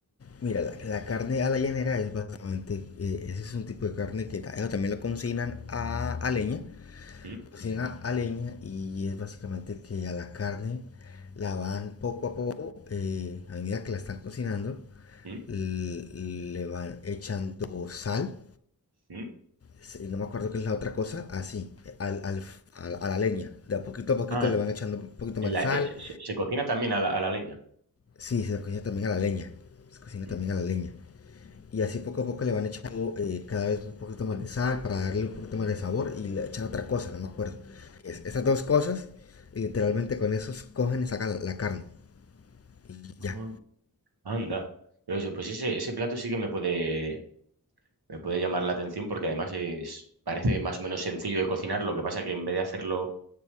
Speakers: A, on the left (about 40°); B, on the right (about 85°).
A: Mira, la, la carne a la llanera es básicamente, eh, ese es un tipo de carne que ta- eso también lo cocinan a, a leña,
B: ¿Mm?
A: cocinan a, a leña y es básicamente que a la carne la van poco a poco, eh, a medida que la están cocinando,
B: ¿Mm?
A: l- le van echando sal
B: ¿Mm?
A: Sí, no me acuerdo qué es la otra cosa, así, al, al, a, la- a la leña. De a poquito a poquito
B: Ah,
A: le van echando un poquito
B: en
A: más
B: la-
A: de sal.
B: eh, se, se- se cocina también a la, a la leña.
A: Sí, se cocina también a la leña. Se cocina también
B: Mm,
A: a la leña. Y así poco a poco le van echando eh, cada vez un poquito más de sal para darle un poquito más de sabor y le echan otra cosa, no me acuerdo. Es- estas dos cosas, y literalmente
B: mm.
A: con esos cogen y sacan la, la carne. Y ya.
B: Ah, Anda. Pero eso, pues ese, ese plato sí que me puede, me puede llamar la atención porque además es, parece más o menos sencillo de cocinar, lo que pasa que en vez de hacerlo